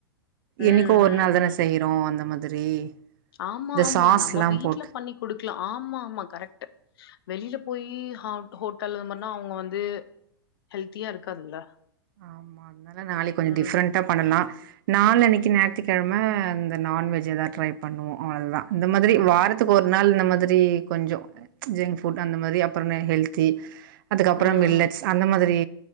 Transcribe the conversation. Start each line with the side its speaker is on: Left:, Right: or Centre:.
Left: ம்
Right: என்னிக்கோ ஒரு
Left: ம்
Right: நாள் தானஸ்
Left: ம்
Right: செய்றோ அந்த மாதிரி
Left: ஆமா
Right: இந்த
Left: ஆமா
Right: சாஸ்லாம்
Left: நம்ம வீட்ல
Right: போட்டு
Left: பண்ணி குடுக்லா ஆமா ஆமா கரெக்ட்டு வெளில போயி ஹாவ்ட் ஹோட்டல் அந் மாரினா அவுங்க வந்து ஹெல்த்தியா இருக்காதுல்ல
Right: ஆமா அதனால நாளைக் கொஞ்சோ
Left: ம்
Right: டிஃப்ரெண்டா பண்ணலா நாலனைக்கி ஞாயித்துக்கெழம இந்த நான்வெஜ்ஜ எதா ட்ரை பண்ணுவோ அவ்ளதா இந்த மாதிரி வாரத்துக்கு ஒரு நாள் இந்த மாதிரி கொஞ்சோ ஜங்க் ஃபுட் அந்த மாதிரி அப்பறனா ஹெல்தி அதுக்கப்பறம்
Left: ம்
Right: மில்லடஸ் அந்த மாதிரி